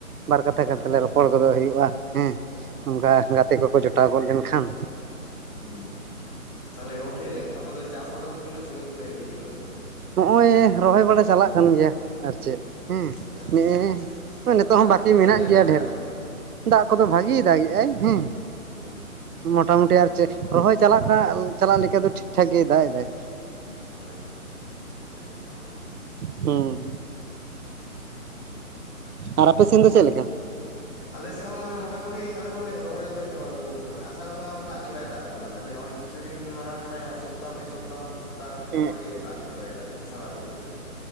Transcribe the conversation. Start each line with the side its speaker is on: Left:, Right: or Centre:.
Right: ᱵᱟᱨ ᱠᱟᱛᱷᱟ
Left: ᱜᱚᱞᱯᱚ
Right: ᱜᱟᱱ ᱛᱟᱞᱦᱮ
Left: ᱦᱩᱭᱩᱜ
Right: ᱨᱚᱯᱚᱲ
Left: ᱠᱟᱱᱟ
Right: ᱜᱚᱫᱚᱜ ᱦᱩᱭᱩᱜ-ᱟ, ᱦᱮᱸ᱾
Left: ᱚ ᱟᱪᱪᱷᱟ
Right: ᱚᱱᱠᱟ
Left: ᱟᱪᱪᱷᱟ
Right: ᱜᱟᱛᱮ ᱠᱚᱠᱚ ᱡᱚᱴᱟᱣ ᱜᱚᱫ ᱞᱮᱱᱠᱷᱟᱱ᱾
Left: ᱦᱩᱸ ᱦᱩᱸ, ᱛᱟᱞᱦᱮ ᱜᱚᱝᱠᱮ ᱟᱯᱮ ᱫᱚ ᱪᱟᱥ ᱵᱟᱲᱟ ᱫᱚ ᱛᱤᱱᱟᱹᱜ ᱥᱟᱺᱜᱤᱧ ᱯᱮ ᱤᱫᱤ ᱠᱮᱫᱟ ᱛᱟᱞᱦᱮ ᱫᱚ?
Right: ᱱᱚᱜ-ᱚᱭ ᱨᱚᱦᱚᱭ ᱵᱟᱲᱟ ᱪᱟᱞᱟᱜ ᱠᱟᱱ ᱜᱮᱭᱟ᱾ ᱟᱨ ᱪᱮᱫ ᱦᱮᱸ,
Left: ᱚ ᱟᱪᱪᱷᱟ
Right: ᱱᱮᱜᱼ-ᱮ
Left: ᱟᱪᱪᱷᱟ
Right: ᱱᱤᱛᱚᱜ
Left: ᱟᱨ
Right: ᱦᱚᱸ
Left: ᱫᱟᱜ
Right: ᱵᱟᱠᱤ
Left: ᱠᱚᱫᱚ
Right: ᱢᱮᱱᱟᱜ
Left: ᱪᱮᱫᱠᱟᱭ
Right: ᱜᱮᱭᱟ
Left: ᱫᱟᱜ ᱟᱯᱮ
Right: ᱰᱷᱮᱨ
Left: ᱠᱟᱱᱟ
Right: ᱜᱮ᱾ ᱫᱟᱜ ᱠᱚᱫᱚ ᱵᱷᱟᱜᱮᱭ ᱫᱟᱜᱮᱜ-ᱟᱭ ᱦᱮᱸ᱾
Left: ᱦᱩᱸ᱾
Right: ᱢᱚᱴᱟᱢᱩᱴᱤ ᱟᱨ ᱪᱮᱫ ᱨᱚᱦᱚᱭ ᱪᱟᱞᱟᱜ ᱠᱟ, ᱪᱟᱞᱟᱜ ᱞᱮᱠᱟ ᱫᱚ ᱴᱷᱤᱠ ᱴᱷᱟᱠ ᱜᱮᱭ ᱫᱟᱜ ᱮᱫᱟᱭ᱾
Left: ᱚᱱᱟᱪᱪᱷᱟ ᱟᱪᱪᱷᱟ, ᱱᱟᱯᱟᱭ ᱠᱟᱛᱷᱟ ᱚᱱᱟ ᱢᱟ᱾
Right: ᱦᱩᱸ, ᱟᱨ ᱟᱯᱮ ᱥᱮᱱ ᱫᱚ ᱪᱮᱜ ᱞᱮᱠᱟ?
Left: ᱟᱞᱮ ᱥᱮᱫ ᱦᱚᱸ ᱢᱟᱱᱮ ᱢᱚᱴᱟᱢᱩᱴᱤ ᱟᱞᱮ ᱦᱚᱸ ᱞᱮ ᱨᱚᱦᱚᱭ ᱫᱚᱞᱮ ᱪᱟᱵᱟ ᱟᱹᱜᱩᱣ ᱠᱟᱫᱟ ᱢᱟᱱᱮ ᱟᱥᱟᱲ ᱵᱚᱸᱜᱟ ‌ᱢᱟ ᱫᱟᱜ ᱜᱮ ᱵᱟᱭ ᱫᱟᱜ ᱟᱵᱚᱱᱟ ᱛᱟᱞᱦᱮ ᱠᱤᱪᱷᱩ ᱫᱤᱱ ᱢᱟᱬᱟᱝ ᱢᱟᱱᱮ ᱮᱸ ᱥᱚᱯᱛᱟᱦ ᱢᱤᱫ ᱥᱚᱯᱛᱟ ᱦᱚᱸ ᱢᱤᱫ ᱥᱚᱯᱛᱟᱦ ᱜᱟᱱ
Right: ᱮᱢᱚᱱ
Left: ᱫᱚ ᱵᱷᱟᱜᱮ ᱜᱮ ᱫᱟᱜ ᱮᱜᱼᱼ ᱡᱚᱨᱚᱭ ᱫᱟ ᱟᱨᱠᱤ ᱥᱟᱨᱟ ᱫᱤᱱ ᱞᱮᱠᱟ ᱜᱮ᱾